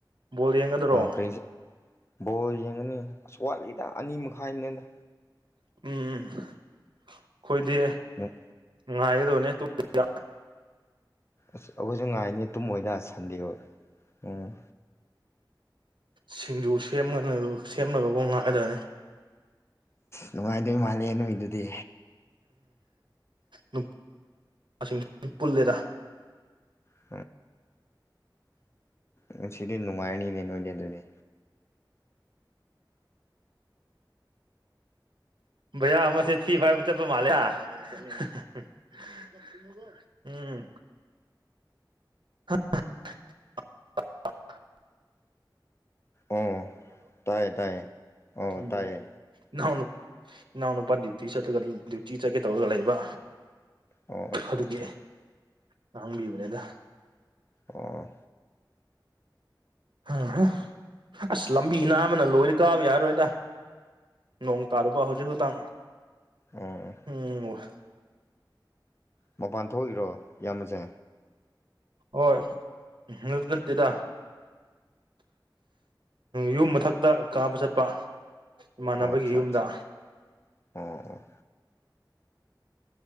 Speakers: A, on the right; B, on the left.
A: ꯕꯣꯜ ꯌꯦꯡꯒꯗ꯭ꯔꯣ
B: ꯀꯔꯤ ꯕꯣꯜ ꯌꯦꯡꯉꯅꯤ ꯑꯁ ꯋꯥꯠꯂꯤꯗ ꯑꯅꯤ ꯃꯈꯥꯏꯅꯦꯗ
A: ꯎꯝ ꯑꯩꯈꯣꯏꯗꯤ
B: ꯎꯝ
A: ꯉꯥꯏꯒꯗꯧꯅꯦ ꯇꯨꯡ <inaudible>
B: ꯑꯁ ꯑꯩꯈꯣꯏꯁꯨ ꯉꯥꯏꯅꯤ ꯇꯨꯝꯃꯣꯏꯗ ꯁꯟꯗꯦ <unintelligible> ꯎꯝ
A: ꯁꯤꯡꯖꯨ ꯁꯦꯝꯃ <unintelligible>
B: ꯅꯨꯡꯉꯥꯏꯗꯣꯏ ꯃꯥꯜꯂꯦ ꯅꯣꯏꯗꯨꯗꯤ
A: ꯎꯝ <unintelligible> ꯄꯨꯟꯂꯦꯗ
B: <unintelligible> ꯉꯁꯤꯗꯤ ꯅꯨꯡꯉꯥꯏꯅꯤꯅꯦ ꯅꯣꯏꯗꯤ ꯑꯗꯨꯗꯤ
A: ꯚꯩꯌꯥ ꯑꯃ ꯁꯦ ꯊꯤ ꯐꯥꯏ ꯆꯠꯄ ꯃꯥꯜꯂꯦꯗ <unintelligible> ꯎꯝ <inaudible>
B: ꯑꯣ ꯇꯥꯏꯌꯦ ꯇꯥꯏꯌꯦ ꯑꯣ
A: ꯌꯨꯝ
B: ꯇꯥꯏꯌꯦ
A: ꯂꯩ ꯏꯅꯥꯎꯅꯨ ꯏꯅꯥꯎ ꯅꯨꯄꯥ ꯗ꯭ꯌꯨꯇꯤ <unintelligible> ꯗ꯭ꯌꯨꯇꯤ ꯆꯠꯀꯦ ꯇꯧꯔꯒ ꯂꯩꯕ
B: ꯑꯣ ꯑꯠꯆꯥ
A: ꯑꯗꯨꯒꯤ
B: ꯑꯠꯆꯥ
A: ꯉꯥꯡꯕꯤꯕꯅꯦꯗ
B: ꯑꯣ
A: <unintelligible> ꯑꯁ ꯂꯝꯕꯤ ꯅꯥꯟꯕꯅ ꯂꯣꯏꯔꯦ ꯀꯥꯕ ꯌꯥꯔꯔꯣꯏꯗ ꯅꯣꯡ ꯇꯔꯨꯕ ꯍꯧꯖꯤꯛ ꯈꯇꯪ
B: ꯑꯣ
A: <unintelligible>
B: ꯃꯄꯥꯟ ꯊꯣꯛꯏꯔꯣ ꯏꯌꯥꯝꯕꯁꯦ
A: ꯍꯣꯏ <unintelligible> ꯅꯠꯇꯦꯗ ꯌꯨꯝ ꯃꯊꯛꯇ ꯀꯥꯕ ꯆꯠꯄ ꯏꯃꯥꯟꯅꯕꯒꯤ
B: ꯑꯣ ꯑꯠꯆꯥ
A: ꯌꯨꯝꯗ
B: ꯑꯠꯆꯥ ꯑꯣ ꯑꯣ